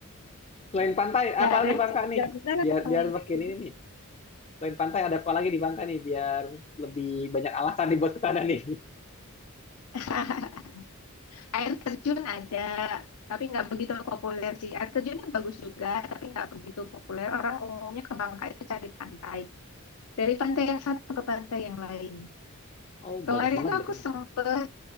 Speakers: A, on the left (about 30°); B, on the left (about 80°).
A: selain pantai apalagi
B: Jarang
A: Bangka
B: sih.
A: nih
B: Nggak pernah lah
A: biar
B: ketemu
A: biar
B: yang
A: makin
B: kayak gitu.
A: ini nih selain pantai ada apa lagi di Bangka nih biar lebih banyak alasan nih buat kesana nih
B: <laughs> Air terjun ada. Tapi nggak begitu populer sih. Air terjunnya bagus juga, tapi nggak begitu populer. Orang umumnya ke Bangka itu cari pantai. Dari pantai yang satu ke pantai yang lain.
A: Oh,
B: Kemarin
A: banyak banget
B: tuh
A: berarti
B: aku
A: Bang.
B: sempet